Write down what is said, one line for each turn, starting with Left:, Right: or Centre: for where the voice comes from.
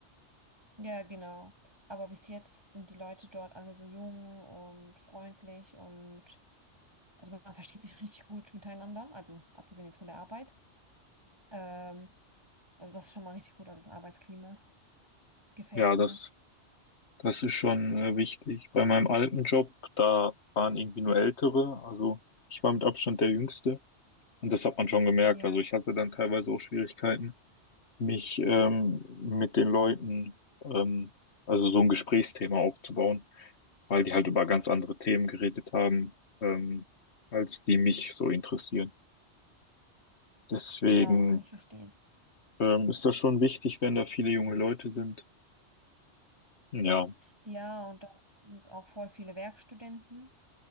Right: Ja, genau. Aber bis jetzt sind die Leute dort alle so jung und freundlich und also man versteht sich <laughs> richtig gut miteinander. Also abgesehen jetzt von der Arbeit. Ähm, also das ist schon mal richtig gut. Also das Arbeitsklima gefällt
Left: Ja,
Right: mir.
Left: das, das ist schon äh, wichtig. Bei meinem alten Job, da waren irgendwie nur Ältere. Also ich war mit Abstand der Jüngste. Und das hat man schon gemerkt.
Right: Ja,
Left: Also ich hatte dann teilweise auch Schwierigkeiten, mich ähm, mit den Leuten, ähm, also so ein Gesprächsthema aufzubauen. weil die halt über ganz andere Themen geredet haben, ähm, als die mich so interessieren. Deswegen
Right: ja, kann ich verstehen.
Left: ähm, ist das schon wichtig, wenn da viele junge Leute sind. Ja,
Right: Ja, und das sind auch voll viele Werkstudenten,